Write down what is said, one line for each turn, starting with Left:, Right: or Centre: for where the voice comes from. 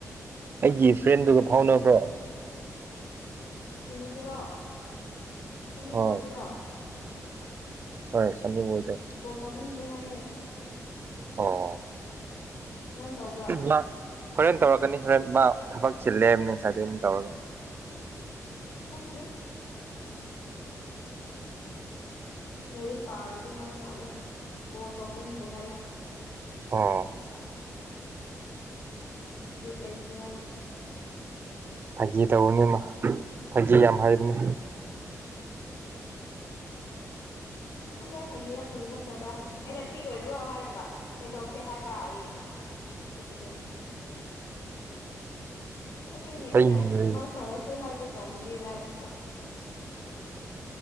Right: ꯑꯩꯒꯤ ꯐ꯭ꯔꯦꯟꯗꯨꯒ
Left: ꯑꯗꯨꯒꯤ
Right: ꯐꯥꯎꯅꯕ꯭ꯔꯣ
Left: ꯀꯩꯅꯣꯗꯨꯔꯣ ꯁꯟꯅꯤꯕꯣꯏꯗꯨꯔꯣ
Right: ꯍꯣꯏ ꯍꯣꯏ ꯁꯟꯅꯤꯕꯣꯏꯗꯣ
Left: ꯇꯧꯅꯤꯡꯗ꯭ꯔꯦ ꯍꯥꯏꯌꯦ
Right: ꯑꯣ
Left: ꯅꯪ ꯇꯧꯕ꯭ꯔꯣ
Right: ꯃꯥ ꯍꯣꯔꯦꯟ ꯇꯧꯔꯛꯀꯅꯤ ꯍꯣꯔꯦꯟ ꯃꯥ ꯊꯕꯛ ꯆꯤꯜꯂꯦ ꯍꯥꯏꯕꯅꯤ ꯁꯥꯏꯗꯩꯩꯅꯦ ꯇꯧꯔꯒ
Left: ꯈꯪ ꯗꯦ ꯂꯩꯔꯤꯨꯛ ꯄꯥꯔꯒꯦ ꯍꯥꯏꯕ ꯃꯥꯜꯂꯦ ꯀꯣꯜ ꯇꯧꯅꯤꯡꯗ꯭ꯔꯦ ꯍꯥꯏꯌꯦ
Right: ꯑꯣ
Left: ꯕꯤꯠ ꯂꯩꯇ꯭ꯔꯦ ꯍꯥꯏ
Right: ꯐꯥꯒꯤ ꯇꯧꯕꯅꯤ ꯃ ꯐꯥꯒꯤ ꯌꯥꯝ ꯍꯩꯕꯅꯦ
Left: ꯈꯟꯗꯦ ꯐꯒꯤꯔꯥ ꯐꯥꯒꯤ ꯅꯠꯇꯕ꯭ꯔꯥ ꯑꯩꯅ ꯐ꯭ꯔꯤ ꯑꯣꯏꯕ꯭ꯔꯣ ꯍꯥꯏꯔꯒ ꯀꯩꯗꯧꯁꯦ ꯍꯥꯏꯕ ꯑꯌꯦ ꯁꯤ ꯕꯗꯣ ꯑꯗꯨꯅꯦ ꯑꯩꯅ
Right: ꯑꯩ
Left: ꯃꯡ ꯐꯔꯁꯦ ꯍꯥꯏꯒꯦ ꯇꯧꯕꯅꯦꯅ ꯍꯥꯏꯕꯤꯕ